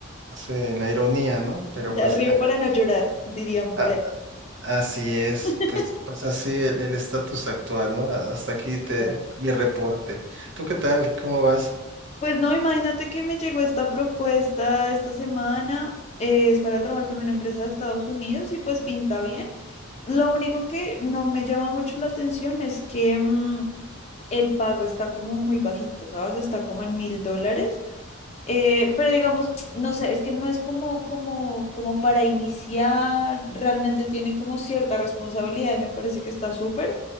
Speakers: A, on the right; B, on the left.
A: sí, en la ironía, ¿no? Pero
B: ya
A: pues
B: río
A: a-
B: para no llorar, dirían por
A: a-
B: ahí.
A: así es,
B: <laughs>
A: pues, pues así el el estatus actual, ¿no? A- Hasta aquí te,
B: Ya.
A: mi reporte. ¿Tú qué tal? ¿Cómo vas?
B: Pues no, imagínate que me llegó esta propuesta esta semana, eh, es para trabajar con una empresa de Estados Unidos y pues pinta bien. Lo único que no me llama mucho la atención es que mm, el pago está como muy bajito, ¿sabes? Está como en mil dólares. Eh, pero digamos, <tsk> no sé, es que no es como, como, como para iniciar, realmente tiene como cierta responsabilidad y me parece que está súper